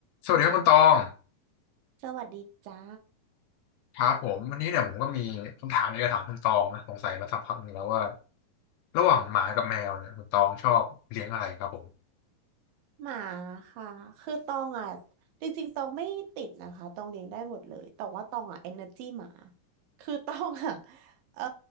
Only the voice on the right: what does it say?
สวัสดีจ้า
หมาค่ะคือตองอ่ะจริงๆตองไม่ติดนะคะตองเลี้ยงได้หมดเลยแต่ว่าตองอ่ะเอเนอร์จีหมาคือตองอ่ะ <laughs> เอ่อ